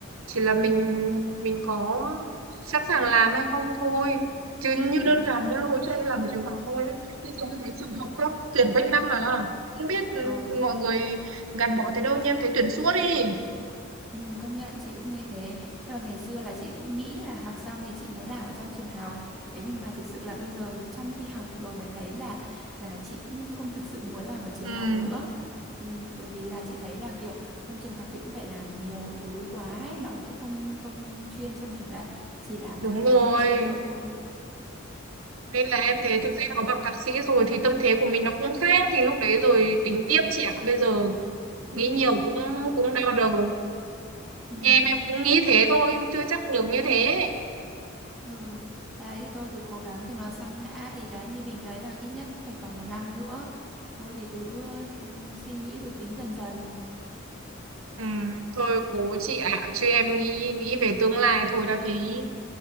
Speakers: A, on the right; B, in the centre.
A: chỉ là mình
B: ừ.
A: mình có sẵn sàng làm hay không thôi chứ như đơn
B: Ừ.
A: giản nhá hồi trước em làm ở trường học thôi bây giờ em thấy trường học có tuyển quanh năm mà không biết ừ,
B: Ừ.
A: mọi người gắn bó tới đâu nhưng em thấy tuyển suốt đi
B: Ừ, công nhận chị cũng thấy thế nhưng mà ngày xưa là chị cũng nghĩ là học xong thì chị muốn làm ở trong trường học thế nhưng mà thực sự là bây giờ trong khi học rồi mới thấy là là chị cũng không thực sự muốn làm ở trường
A: ừ
B: học nữa ừ, bởi vì là chị thấy là kiểu trong trường học thì cũng phải làm nhiều thứ quá ấy. nó sẽ không không chuyên cho mình là chỉ làm
A: đúng
B: tham vấn
A: rồi
B: hay trị liệu thôi
A: nên là em
B: Đấy.
A: thấy thực ra có bằng thạc sĩ rồi thì tâm thế của mình nó cũng khác thì lúc đấy rồi tính tiếp trẻ bây giờ nghĩ nhiều cũng cũng đau đầu
B: Ừ.
A: Thì em em cũng nghĩ thế thôi nhưng chưa chắc được như thế
B: Ừ, đấy thì thôi cứ cố gắng cho nó xong đã thì đấy như mình thấy là ít nhất cũng phải còn một năm nữa. Thôi thì cứ ừm, suy nghĩ rồi tính dần dần.
A: ừ, thôi cố chị ạ chứ em nghĩ nghĩ về tương lai thôi đã thấy